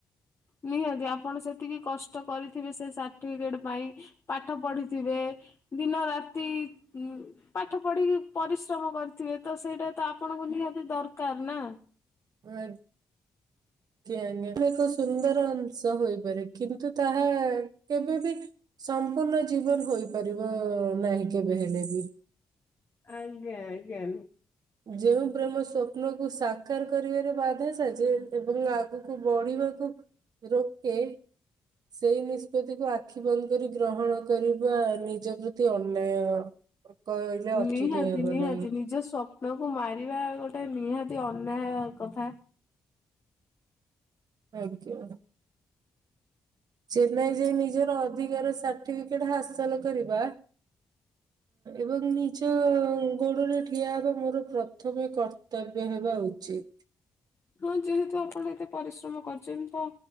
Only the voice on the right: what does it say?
<unintelligible> ଆ ଏକ ସୁନ୍ଦର ଅଂଶ ହୋଇପାରେ କିନ୍ତୁ ତାହା କେବେବି ସମ୍ପୂର୍ଣ୍ଣ ଜୀବନ ହୋଇପାରିବ ନାହିଁ କେବେ ହେଲେ ବି।
ଯୋଉ ପ୍ରେମ ସ୍ଵପ୍ନକୁ ସା ସାକାର କରିବାରେ ବାଧା ସାଜେ ଏବଂ ଆଗକୁ ବଢିବାକୁ ରୋକେ। ସେଇ ନିଷ୍ପତ୍ତିକୁ ଆଖି ବନ୍ଦ କରି ଗ୍ରହଣ କରିବା ନିଜ ପ୍ରତି ଅନ୍ୟାୟ। କହିଲେ ଅଚ୍ୟୁତ
ହେବ
ନାହିଁ
ଆଜ୍ଞା। ଚେନ୍ନାଇ ଯାଇ ନିଜର ଅଧିକାର ସାର୍ଟିଫିକେଟ ହାସଲ କରିବା ଏବଂ ନିଜ ଗୋଡ଼ରେ ଠିଆ ହେବା ମୋର ପ୍ରଥମେ କର୍ତ୍ତବ୍ୟ ହେବା ଉଚିତ୍।